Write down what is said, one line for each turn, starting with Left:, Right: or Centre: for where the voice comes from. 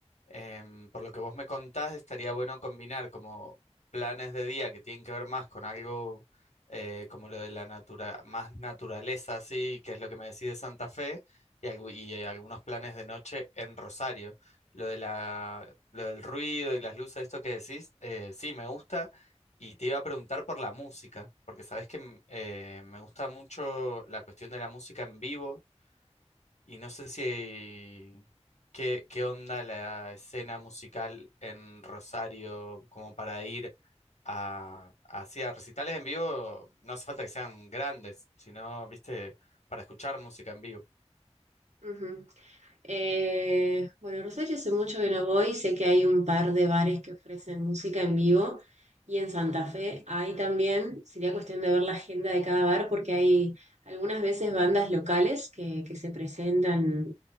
Left: em, por lo que vos me contás, estaría bueno combinar como planes de día que tienen que ver más con algo eh, como lo de la natura, más naturaleza, así, que es lo que me decís de Santa Fe, y, algu- y eh, algunos planes de noche en Rosario. Lo de la, lo del ruido y las luces, esto que decís, eh, sí, me gusta. Y te iba a preguntar por la música, porque sabes que m- eh, me gusta mucho la cuestión de la música en vivo y no sé si qué, qué onda la escena musical en Rosario como para ir a, hacia recitales en vivo, no hace falta que sean grandes, sino, viste, para escuchar música en vivo.
Right: Ujú. Eh, bueno, Rosario hace mucho que no voy, sé que hay un par de bares que ofrecen música en vivo y en Santa Fe hay también, sería cuestión de ver la agenda de cada bar porque hay algunas veces bandas locales que, que se presentan